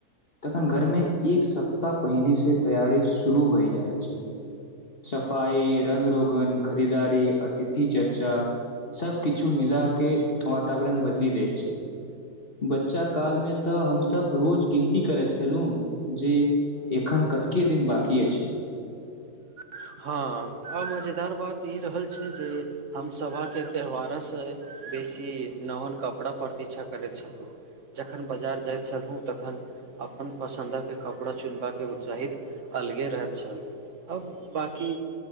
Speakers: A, on the left (about 40°); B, on the right (about 55°).
A: तखन घर मे एक सप्ताह पहिने से तैयारी शुरू भय जाइ छै सफाई रंग रोगन खरीदारी अतिथि चर्चा सब कििछु मिला के वातावरण बदली देै छै बच्चा काल मे तऽ हमस रोज गिनती की करैत छलू जे एखन कतके दिन बकी अछि
B: हँ आ मजेदार बात ई रहल छै जे हमसभा त्यौहारासँ बेसी नवन कपड़ा प्रतीक्षा करैत छलहुँ जखन बाजार जाइत छलहुँ तखन अपन पसन्दे कपड़ा चुनबाके उत्साहित अलगे रहैत छल अब बाँकी